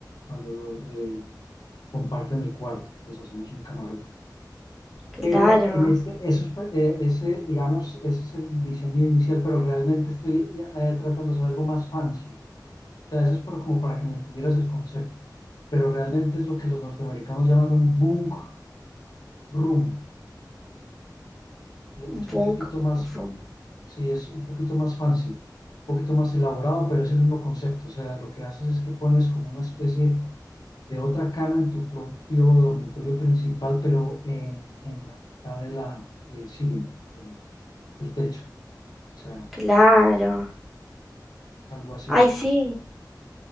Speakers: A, on the left (about 60°); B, in the centre.
A: cuando eh, comparten el cuarto, pues hacemos un camarote.
B: Claro,
A: Pero en este, eso es, eh, ese, digamos, ese es el diseño inicial, pero realmente estoy eh, tratando de hacer algo más fancy. O sea, eso es por- como para que me entendieras el concepto. Pero realmente es lo que los norteamericanos llaman un bunk room. Eh,
B: un
A: es
B: punk,
A: un poquito más,
B: un-
A: sí, es un poquito más fancy, un poquito más elaborado, pero es el mismo concepto. O sea, lo que haces es que pones como una especie de otra cama en tu propio dormitorio principal, pero en, en la mitad de la, del cielo del, del techo. O sea,
B: claro.
A: es algo así.
B: Ay, sí,